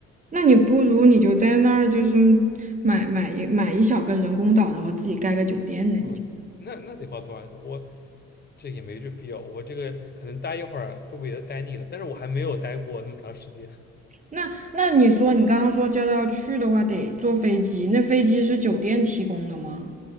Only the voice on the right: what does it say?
那你不如你就在那儿，就是买买一买一小个人工岛，然后自己盖个酒店呢。你
那那你说你刚刚说就要去的话，得坐飞机，那飞机是酒店提供的吗？